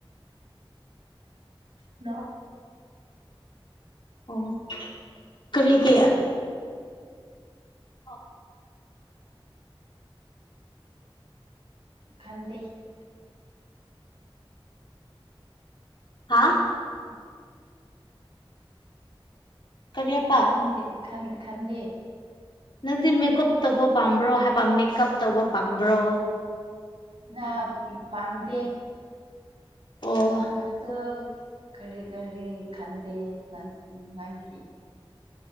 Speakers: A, on the right; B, on the left.
A: ꯅ
B: ꯑꯣ ꯀꯔꯤ ꯀꯌꯥ ꯑꯣ
A: ꯈꯗ
B: ꯍꯥꯥ
A: ꯎꯝ
B: ꯀꯔꯤ ꯍꯥꯏꯕ
A: ꯈꯟꯗꯦꯟ ꯈꯟꯗꯦ
B: ꯅꯪꯗꯤ ꯃꯦꯀꯞ ꯇꯧꯕ ꯄꯥꯝꯕ꯭ꯔꯣ ꯍꯥꯏ ꯃꯦꯀꯞ ꯇꯧꯕ ꯄꯥꯝꯕ꯭ꯔꯣ
A: ꯉ ꯄꯥꯝꯗꯦ
B: ꯑꯣ
A: ꯀꯁꯨ ꯀꯔꯤ ꯀꯔꯤ ꯈꯟꯗꯦꯪ ꯅꯪꯒꯤ